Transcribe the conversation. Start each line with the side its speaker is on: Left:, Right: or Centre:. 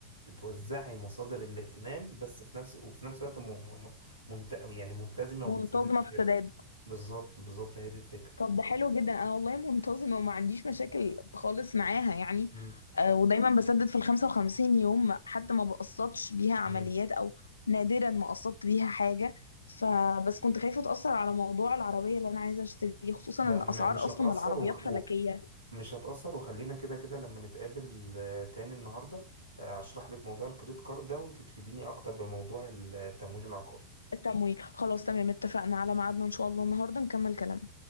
Right: بتوزعي مصادر الائتمان بس في نفس وفي نفس الوقت م... م... منت... يعني ملتزمة وبتسددي
Left: منتظمه
Right: في
Left: في السداد
Right: بالظبط بالظبط هي دي الفكرة
Left: طب ده حلو جدا انا والله منتظمه وما عنديش مشاكل خالص معاها يعني
Right: مم.
Left: آه ودايما بسدد في ال 55 يوم حتى ما بقسطش بيها عمليات
Right: مم.
Left: او نادرا ما قسطت بيها حاجه فبس كنت خايفه اتاثر على موضوع العربيه اللي انا عايزه اشتريه خصوصا
Right: لا
Left: ان
Right: م...
Left: اسعار
Right: مش
Left: اصلا
Right: هتأثر
Left: العربيات
Right: وخ...
Left: فلكيه
Right: و... مش هتأثر وخلينا كده كده لما نتقابل آه، تاني النهاردة آه، أشرح لك موضوع الكريدت كارد ده وأنت تفيديني أكتر بموضوع التمويل العقاري
Left: التمويل خلاص تمام اتفقنا على ميعادنا ان شاء الله النهارده نكمل كلامنا